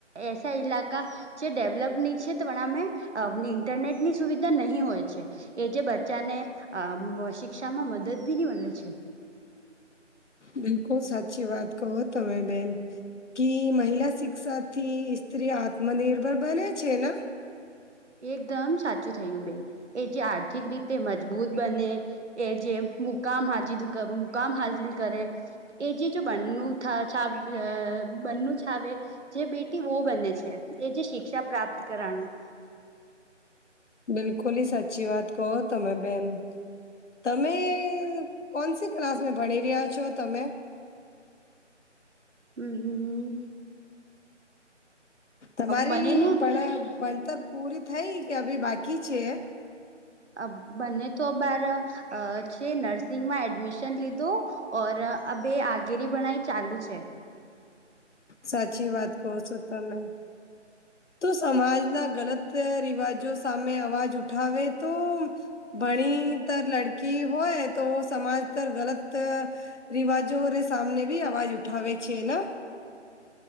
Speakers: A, on the right (about 65°); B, on the left (about 70°).
A: એસા ઈલાકા જે ડેવલપની છે, <unintelligible> ઇન્ટરનેટની સુવિધા નહીં હોય છે. એ જે બચ્ચા ને અમ્મ શિક્ષામાં મદદ ભી નહીં મલે છે.
B: બિલકુલ સાચી વાત કહો તમે બેન. કી મહિલા શિક્ષા થી સ્ત્રી આત્મનિર્ભર બને છે ના
A: એકદમ સાચું થયું બેન. એ જે આર્થિક રીતે મજબૂત બને એ જે મુકામ હાજિલ ક મુકામ હાજિલ કરે. એ જે જો બનું <unintelligible> બન્નું છાવે. જે બેટી વોહ બને છે, એ જે શિક્ષા પ્રાપ્ત કરાનું.
B: બિલકુલ સાચી વાત કહો તમે બેન. તમે કોનસી ક્લાસ મે ભણી રહ્યા છો તમે?
A: હમ્મ-હમ્મ-હમ્મ.
B: તમારી
A: મને ના
B: ભર ભણતર પૂરી થઈ કે અભી બાકી છે?
A: અહ બને તો બાર છે નર્સિંગમાં એડમિશન લીધું. ઔર અભે આગેરી ભણાય ચાલુ છે.
B: સાચી વાત કહો છો તમે. તું સમાજના ગલત રિવાજો સામે અવાજ ઉઠાવે તો ભણીતર લડકી હોય તો સમાનતર ગલત રિવાજો રે સામને બી અવાજ ઉઠાવે છે ના?